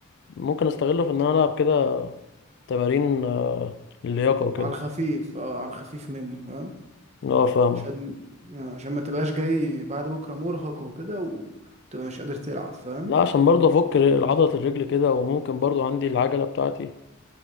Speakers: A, on the left (about 55°); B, on the right (about 30°).
A: ممكن استغله في ان انا العب كده تمارين آه، اللياقه وكده
B: على الخفيف اه على الخفيف منه فاهم
A: اه فاهمك
B: عشان آه، عشان ما تبقاش جاي بعد بكرة مرهق وكده وتبقى مش قادر تلعب فاهم
A: لا عشان برضو افك ر- عضله الرجل كده وممكن برضو عندي العجله بتاعتي